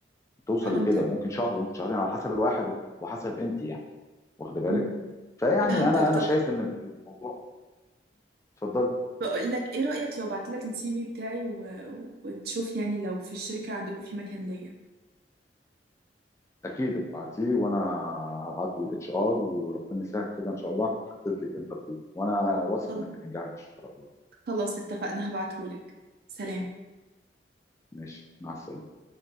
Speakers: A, on the left; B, on the right.
A: توصل
B: فهمتك
A: لكده وممكن شهر وممكن شهرين على حسب الواحد وحسب انت يعني واخده بالك
B: مم.
A: فيعني
B: فهمتك
A: انا انا
B: طب
A: شايف ان الموضوع اتفضلي
B: بقول لك ايه رأيك لو بعت لك السي في بتاعي و... وتشوف يعني لو في الشركة عندكم في مكان ليا
A: اكيد ابعتيه وانا هبعته للاتش ار وربنا يسهل كده ان شاء الله هحدد لك انترفيو وانا واثق
B: خل-
A: انك هتنجحي ان شاء الله
B: خلاص اتفقنا هبعته لك سلام
A: ماشي مع السلامه